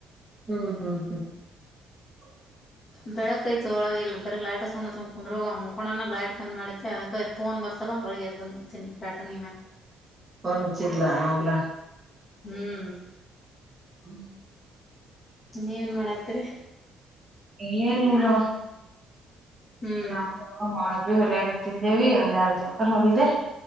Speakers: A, on the right (about 20°); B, on the left (about 30°).
A: ಹ್ಮ್ ಹ್ಮ್ ಹ್ಮ್ ಹ
B: ಬೆಳಕ್ ಐತ ಒಳ ಇ ಬರ ಲೈಟ್ ಸುಣ್ಣ ಕುಂದ್ರ ಮುಕೋಣನ ಲೈಟ್ ಬಂದ್ ಮಾಡಿತೆ ಅದ ಫೋನ್ ಬರ್ತ ಅಲ್ಲ ಹೊರಗೆ ಅದುು ಬಂದು್ಕೂತೀನಿ ಪ್ಯಾಟರ್ನ್ ನಿಮ
A: ನ್ಚಡ್ಲ ನವುಲ್ಲ
B: ಹ್ಮ್
A: ಹ್ಮ್
B: ನೀವೇನ್ ಮಾಡತ್ರಿ
A: ಏನಿನ್ನುವ
B: ಹ್ಮ್
A: ನಾವು ಅವರ್ ಭ ಹೊಲ ಆಗತ್ತಿದ್ದೇವಿ ಒಂದ್ ಆರ್ ಜನಪರ ಹೊಲಿದೆ